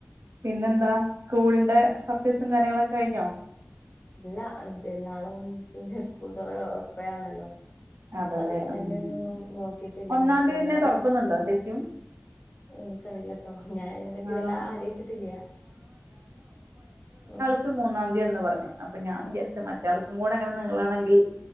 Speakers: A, on the right (about 85°); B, on the left (about 40°).
A: പിന്നെന്താ സ്കൂളിന്റെ പർച്ചേസും കാര്യങ്ങളൊക്ക കഴിഞ്ഞോ
B: ഇല്ല പെരുന്നാളും പിന്നെ സ്കൂൾ തൊറ ഒപ്പാണല്ലോ
A: അതല്ലെ
B: അപ്പൊ അത് വേണ്ടന്നൊന്നും
A: ഉം
B: നോക്കിട്ടില്ല
A: ഒന്നാം
B: ഇഞ് പെരുന്നാളത്
A: തീയതി തന്നെ തുറക്കുന്നുണ്ടോ ശരിക്കും
B: എനിക്കറിയില്ലട്ടോ ഞാൻ അതിനെ പറ്റി
A: ആഹ്
B: വല്ലാ ആലോയ്ച്ചിട്ട്ല്ല്യ ഉം
A: ക്ക് മൂന്നാംതിയാണ്ന്ന് പറഞ്ഞു അപ്പൊ ഞാ വിചാരിച്ച് മറ്റാൾക്കും കൂടെ അങ്ങനെ നീളാണെങ്കിൽ